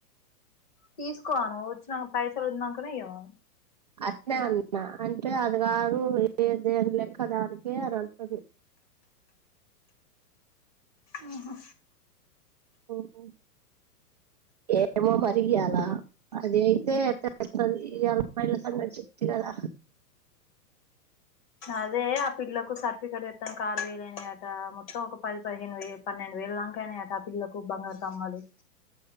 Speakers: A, on the left; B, on the right.
A: తీసుకోను వచ్చినాక పైసలు వనాకనే ఇవ్వను
B: అట్నే అన్న అంటే అది కాదు ఏదే లెక్క దానికి అ అది
A: ఓహో
B: ఓహో ఏమో మరి ఈయాల అది అయితే తెలుస్తది ఇయ్యాల అమ్మాయిల సంగతి చెప్తి కదా
A: అదే ఆ పిల్లకు సర్టిఫికెట్ తెత్తానికి ఆరు వేలు అయ్యినాయట మొత్తం ఒక పది పదిహేను వే పన్నెండు వే <unintelligible> అయినాయట పిల్లకు బంగారు కమ్మలు